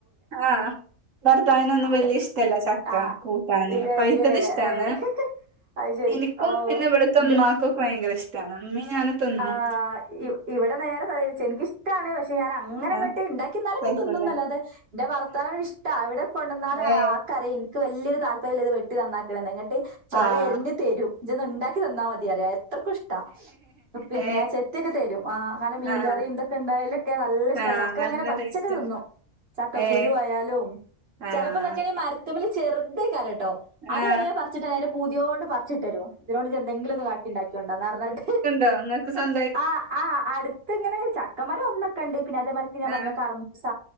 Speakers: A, on the right (about 65°); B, on the right (about 45°).
A: ആഹ് ഭർത്താവിനൊന്നും
B: അതെ
A: വല്യ ഇഷ്ടല്ല ചക്ക
B: ആഹ്
A: കൂട്ടാന്
B: ഇല്ല
A: പൈയ്ത്തത്
B: ഇല്ലല്ലേ
A: ഇഷ്ടാണ്
B: ഏഹ് അത് ശരി
A: എനിക്കും
B: ഓ
A: പിന്നെ ഇവിടുത്തെ
B: ഇന്റെ
A: ഉമ്മാക്കും ഒക്കെ ഭയങ്കര ഇഷ്ടമാണ് ഉമ്മീ ഞാനും തിന്നും
B: ആഹ് ഇ ഇവിടെ നേരെ തലരിച്ചു എനിക്കിഷ്ടാണ് പക്ഷെ ഞാൻ അങ്ങനെങ്ങോട്ട്ണ്ടാക്കിലൊക്കെ
A: ആഹ് കഴിക്കൂല
B: തിന്നുന്നന്നല്ല അതെ എന്റെ ഭർത്താവിന് ഇഷ്ട ഇവിടെ കൊണ്ടന്നാ
A: ഏ
B: ആഹ് അറിയിൻ വലിയൊരു താല്പര്യൽ ഇത് വെട്ടി നന്നാക്കണ് എന്നിട്ട് ചോള
A: ആഹ്
B: എരിഞ്ഞ് തെരും ഇന്ന് ഉണ്ടാക്കി തന്നാൽ മതിയറിയ എത്രക്കും ഇഷ്ടാ പിന്നെ
A: ഏ
B: ചെത്തിയൊക്കെ തരും ആ കാരണം മീൻ
A: ആഹ്
B: കറി ഇന്തൊക്കെ ഉണ്ടായാലലൊക്കെ നല്ല ഇഷ്ട
A: ആഹ്
B: ചക്ക
A: നല്ല
B: അങ്ങനെ പച്ചക്കെ
A: ടേസ്റ്റാ
B: തിന്നു ചക്കക്കുരു
A: ഏ
B: ആയാലും
A: ആഹ്
B: ചെലപ്പോന്നൊക്കേന്നെ മര ത്തിമ്മല് ചെർതേക്കാരട്ടോ. അത്വരേ
A: ആഹ്
B: പർച്ചിട്ടയിന്റെ പൂതിയോണ്ട് പർച്ചിട്ടരും. ഇതിനോട് ഇജെന്തെങ്കിലൊന്ന് കാട്ടിണ്ടാക്കിയോണ്ടോന്നർഞ്ഞാണ്ട്
A: ആഹ് ഇങ്ങക്ക് സബ്
B: ആഹ് ആഹ് അത് ഇതിങ്ങനെ ചക്കമരം ഒന്നൊക്കണ്ട് പിന്നെ അതേമാരിക്ക് ഞാൻ
A: ആഹ്
B: പറഞ്ഞില്ലേ കർമൂസ